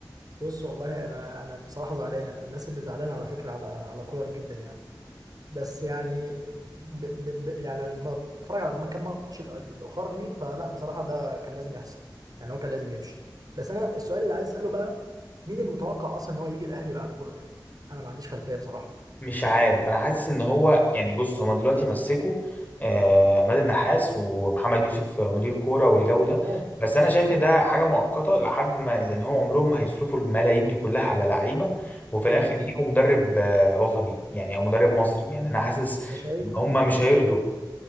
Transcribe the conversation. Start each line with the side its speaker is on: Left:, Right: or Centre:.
Right: بص والله انا انا بصراحه زعلان انا من الناس اللي زعلانه على فكره على على كولر جدا يعني بس يعني ب... ب... ب... يعني لما بتفرج على كام ماتش الأ- الاخر ليه فلا بصراحه ده كان لازم يحصل يعني هو كان لازم يمشي بس انا السؤال اللي عايز اساله بقى مين المتوقع اصلا ان هو يجي الاهلي بعد كولر انا ما عنديش خلفيه بصراحه
Left: مش عارف انا حاسس ان هو يعني بص هما دلوقتي مسكوا آه، عماد النحاس ومحمد يوسف مدير كوره والجو ده
Right: اه
Left: بس انا شايف ان ده حاجه مؤقته لحد ما لان هو عمرهم ما هيصرفوا الملايين دي كلها على لعيبه وفي الاخر
Right: ده اكيد
Left: يجيبوا مدرب آه، وطني يعني او مدرب مصري يعني انا حاسس
Right: انت شايف
Left: ان هما مش هيرضوا